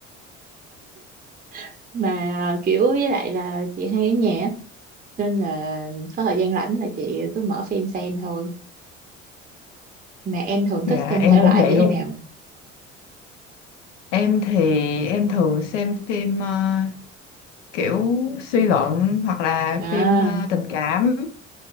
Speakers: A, on the right (about 20°); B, on the left (about 70°).
A: <laughs> mà kiểu với lại là chị hay ở nhà á, nên là có thời gian rảnh là chị cứ mở phim xem thôi. Mà em thường
B: dạ
A: thích xem
B: em
A: thể loại
B: cũng vậy
A: như thế
B: luôn
A: nào?
B: em thì em thường xem phim ờ, kiểu suy luận hoặc là
A: À,
B: phim ờ, tình cảm